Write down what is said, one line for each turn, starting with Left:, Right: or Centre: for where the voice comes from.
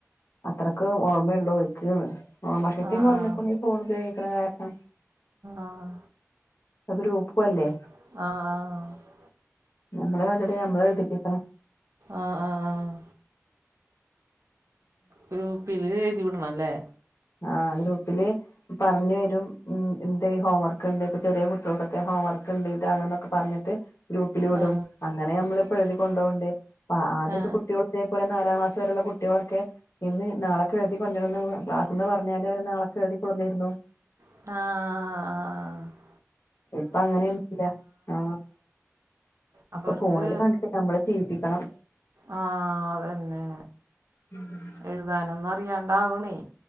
Left: അത്രക്ക് ഓർമ്മയുള്ളൂ ഓര്ക്ക്ന്ന് ഓർമ്മ ശക്തിം
Right: ആ ആ
Left: കുറഞ്ക്ക്ണ്
Right: ആ
Left: ഈ ഫോൺ ഉപയോഗിക്കണ കാരണം
Right: ആഹ്
Left: അതരു പ്പ അല്ലേ
Right: ആഹ് ആഹ്
Left: നമ്മളെ കണ്ടിട്ട് നമ്മളെ എഴ്തിപ്പിക്കണം
Right: ആഹ് ആഹ് ആഹ് ഗ്രൂപ്പില് എഴുതി വിടണം ല്ലേ
Left: ആഹ് ഗ്രൂപ്പില് പറഞ്ഞ് വരും ഉ എന്ത്ഈ ഹോംവർക്ക് ണ്ട് ഇപ്പൊ ചെറിയ കുട്ടികൾതോക്കെ ഹോംവർക്ക് ണ്ട് ഇതാണ് പറഞ്ഞിട്ട് ഗ്രൂപ്പിൽ വിടും
Right: ആ
Left: അങ്ങനെ നമ്മളിപ്പോ എഴുതി കൊണ്ടോവിണ്ട് പ്പോ ആദ്യൊക്കെ
Right: ആ
Left: കുട്ടിയോള അതേപോലെ നാലാം ക്ലാസ്സ് വരുള്ള കു കുട്ടിയോളൊക്കെ ഇന്ന് നാളെക്കെ എഴുതി കൊണ്ടിരന്ന് ക്ലാസ്ന്ന് പറഞ്ഞാല് അവരെ നാളൊക്കെ എഴതി കൊട്ന്നിരുന്നു
Right: ആഹ് ആഹ്
Left: ഇപ്പ അങ്ങനെയൊന്നല്ല ആ
Right: അപ്പം
Left: ഇപ്പ
Right: അവർക്ക്
Left: ഫോണില് കണ്ടിട്ടില്ല നമ്മള് ചെയ് പ്പിക്കണം
Right: ആഹ് അതന്നെ
Left: ഉം <unintelligible>
Right: എഴുതാനൊന്നും അറിയാണ്ടവണേ